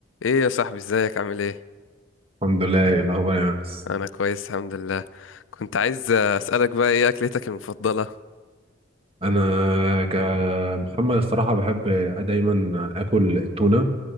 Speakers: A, on the left; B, on the right.
A: ايه يا صاحبي ازيك عامل ايه
B: الحمد لله إيه الاخبار يا انس
A: انا كويس الحمد لله كنت عايز اسالك بقى ايه اكلتك المفضله
B: انا كمحمد الصراحه بحب دايما اكل التونه